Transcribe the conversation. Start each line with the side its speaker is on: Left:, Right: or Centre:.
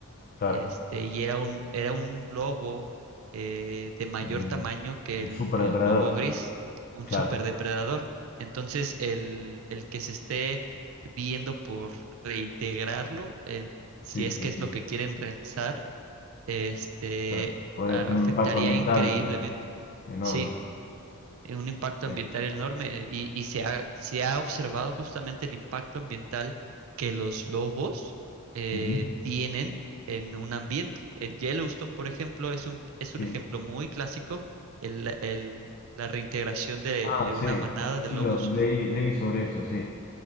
Left: claro.
Right: este, y era un, era un lobo eh, de mayor
Left: Un,
Right: tamaño que
Left: un
Right: el,
Left: superdepredador,
Right: el lobo gris, un
Left: claro.
Right: superdepredador. Entonces, el, el que se esté viendo por reintegrarlo, eh, si
Left: Sí,
Right: es
Left: sí,
Right: que
Left: sí,
Right: es lo que quieren realizar, este,
Left: claro. Podría
Right: a-
Left: tener
Right: afectaría
Left: un impacto ambiental
Right: increíblemente.
Left: enorme.
Right: Sí eh, un impacto
Left: Sí.
Right: ambiental enorme y, y se ha, se ha observado justamente el impacto ambiental que los lobos eh,
Left: Ujú,
Right: tienen en un ambiente. En Yellowstone, por ejemplo, es un, es
Left: sí.
Right: un ejemplo muy clásico. el- el- la reintegración de,
Left: Ah,
Right: de
Left: sí,
Right: una manada
Left: sí,
Right: de lobos
Left: lo, leí, leí sobre eso, sí.